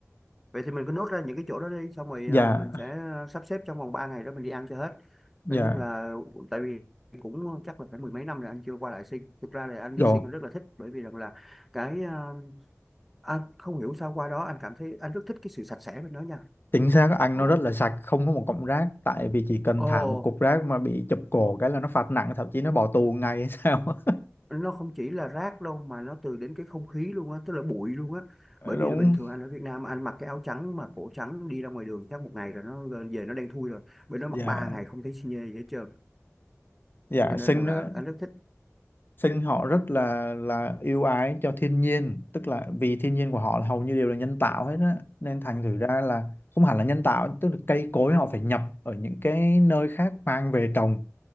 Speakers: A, in the centre; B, on the left.
A: Vậy thì mình cứ nốt ra những cái chỗ đó đi xong rồi
B: dạ
A: à, mình sẽ sắp xếp trong vòng 3 ngày đó mình đi ăn cho hết.
B: dạ
A: Nói chung là tại vì cũng chắc là phải mười mấy năm rồi anh chưa qua lại Sing. Thực ra là anh đi
B: rồi
A: Sing anh rất là thích bởi vì rằng là cái à, anh không hiểu sao qua đó anh cảm thấy anh rất thích cái sự sạch sẽ bên đó nha.
B: chính xác anh
A: Ồ.
B: nó rất là sạch không có một cọng rác tại vì chỉ cần
A: Ồ,
B: thả một cục rác mà bị chụp cổ cái là nó phạt nặng thậm chí nó bỏ tù ngay hay sao <laughs>
A: nó không chỉ là rác đâu mà nó từ đến cái không khí luôn á, tức là bụi luôn á.
B: Ờ,
A: Bởi
B: đúng
A: vì là bình thường anh ở Việt Nam anh mặc cái áo trắng mà cổ trắng đi ra ngoài đường chắc một ngày rồi nó về nó đen thui rồi. Bên đó
B: dạ
A: mặc ba ngày không thấy xi nhê gì hết trơn.
B: dạ
A: cho nên
B: xinh
A: rằng là
B: nữa
A: anh rất thích
B: sinh họ rất là là yêu ái cho thiên nhiên tức là vì thiên nhiên của họ là hầu như đều là nhân tạo hết á nên thành thử ra là không hẳn là nhân tạo tức là cây cối họ phải nhập ở những cái nơi khác mang về trồng